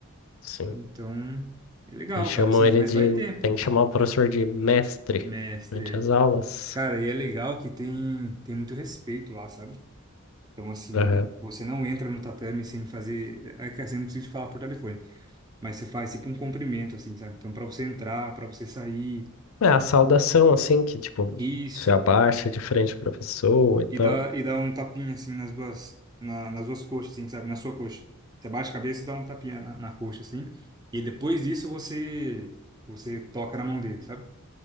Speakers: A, on the left; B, on the right.
A: Sim.
B: Então, é legal,
A: E chamam
B: cara, assim,
A: ele
B: mas
A: de.
B: vai tempo,
A: Tem que chamar o professor de mestre
B: mestre.
A: durante as aulas.
B: Cara, e é legal que tem, tem muito respeito lá, sabe? Então, assim,
A: Aham.
B: você não entra no tatame sem fazer. É que assim, não preciso falar por telefone, mas você faz tipo um cumprimento, assim, sabe? Então, pra você entrar, pra você sair,
A: É a saudação, assim, que tipo,
B: isso.
A: se abaixa de frente para a pessoa e
B: E
A: tal.
B: dá, e dá um tapinha, assim, nas duas, na- nas duas coxas, assim, sabe? Na sua coxa. Você bate a cabeça e dá um tapinha na, na coxa, assim. E depois disso, você, você toca na mão dele, sabe?